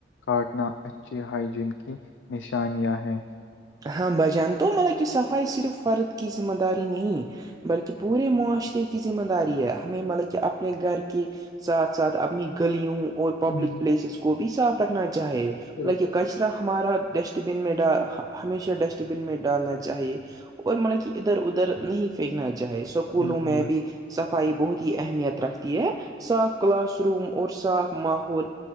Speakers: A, on the left; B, on the right.
A: کاٹنا اچھی ہائجین کی نشانیاں ہے
B: ہاں بھجان تو مطلب کہ صفائی صرف فرد کی ذمہ داری نہیں بلکہ پورے معاشرے کی ذمہ داری ہے ہمیں مطلب کہ اپنے گھر کی ساتھ ساتھ اپنی گلیوں اور پبلک
A: بالکل
B: پلیسز کو بھی صاف رکھنا چاہے مطلب
A: بالکل
B: کہ کش طرا ہمارا ڈسٹ بین میں ڈا ہمیشہ ڈسٹ بن میں ڈالنا چاہیے اور مطلب کہ ادھر ادھر نہیں پھینکنا چاہے سو کولوں
A: بالکل
B: میں بھی صفائی بہت ہی اہمیت رکھتی ہے صاف کلاس روم اور صاف ماحول